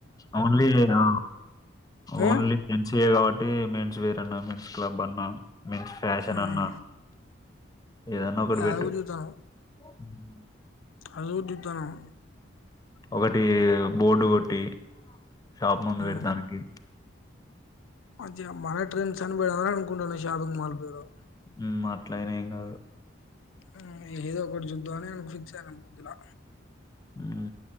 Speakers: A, on the left; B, on the left.
A: ఓన్లీ ఆ ఓన్లీ
B: ఆ
A: జేన్స్ వే కాబట్టి మెన్ జ్వేరన్న మేన్స్ క్లబ్ అన్నా మేన్స్ ఫ్యాషన్
B: ఉమ్
A: అన్నా ఏదన్నా ఒకటి
B: అది
A: పెట్టు.
B: అగుటి తిత్తన్నం
A: హ్మ్.
B: అదిగూడ తిత్తన్నం
A: ఒకటి బోర్డు కొట్టి షాప్ ముందు
B: ఉమ్
A: పెడతానికి
B: మంచిగ మన ట్రెండ్స్ అని పెడదాం అనుకుంటన్న షాపింగ్ మాల్ పేరు
A: ఉమ్ అట్లాయిన ఏం కాదు
B: ఊ ఏదో ఒకటి చూద్దాం అని ఫిక్స్ అయినం కొద్దులా
A: ఊ